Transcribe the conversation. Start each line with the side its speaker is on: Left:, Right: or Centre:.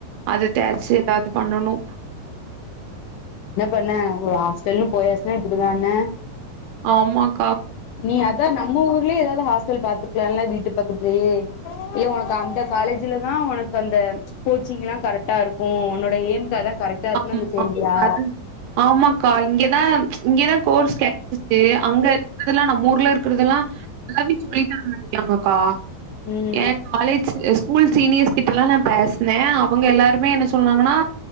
Right: அது தேச்சு எதாவது பண்ணனு
Left: என்ன பண்ணே ஒரு ஹாஸ்டல்லுன் போயாச்சுனா இப்டிதாணே
Right: ஆமாக்
Left: நீ அதா நம்ம ஊர்லயே ஏதாவது ஹாஸ் ஹாஸ்டல் பாத்திருக்கலால்ல வீட்டு பக்கத்துலயே இல்ல உனக்கு அந்த காலேஜ்லதா உனக்கு அந்த கோ கோச்சிங் எல்லா கரெக்டா இருக்கு உன்னோட எய்ம்க்கு அதா கரெக்டா இருக்குனு
Right: ஆமா
Left: உனக்கு தெரியலயா
Right: அது ஆமாக்கா இங்கதா இங்கதா கோர்ஸ் கெடச்சுச்சு அங்க இருக்கிறதெல்லா நம்ம ஊர்ல இருக்கிறதெல்லா நல்லாவே சொல்லித் தர மாட் <inaudible> ஆமாக்கா
Left: ம்
Right: என் காலேஜ் ஸ் ஸ்கூல் சீனியர்ஸ் கிட்ட எல்லா நா பேசினே அவுங்க எல்லாருமே என்ன சொன்னாங்கன்னா